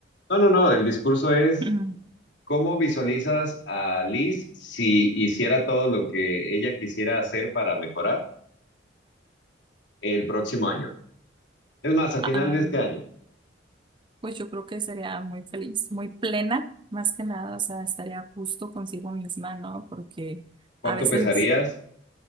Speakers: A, on the left; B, on the right.
A: No, no, no, el discurso es
B: Mm.
A: cómo visualizas a Liz si hiciera todo lo que ella quisiera hacer para mejorar el próximo año. Es más, a final
B: Ay,
A: de este
B: no.
A: año.
B: pues yo creo que sería muy feliz, muy plena, más que nada, o sea, estaría justo consigo misma, ¿no? Porque
A: ¿Cuánto
B: a veces
A: pesarías?